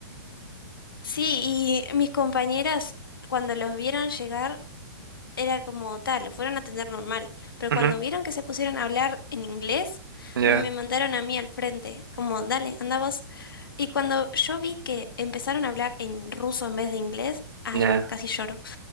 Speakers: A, on the left (about 80°); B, on the right (about 75°).
A: Sí, y mis compañeras cuando los vieron llegar era como tal, lo fueron a atender normal, pero
B: Ujú.
A: cuando vieron que se pusieron a hablar en inglés,
B: Ya,
A: me mandaron a mí al frente, como, dale, anda vos. Y cuando yo vi que empezaron a hablar en ruso en vez de inglés, ay
B: ya.
A: no, casi lloro.